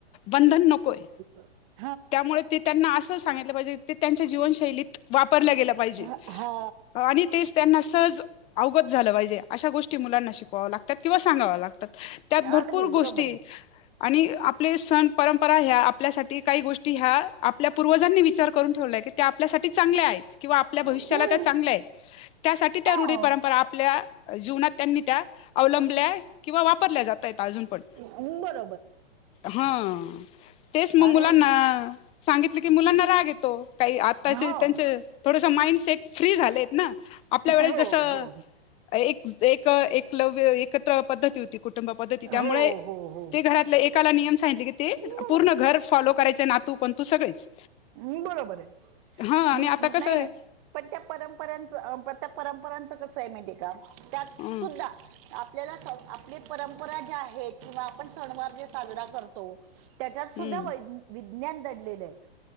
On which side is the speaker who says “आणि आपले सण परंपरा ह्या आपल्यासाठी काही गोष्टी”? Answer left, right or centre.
Left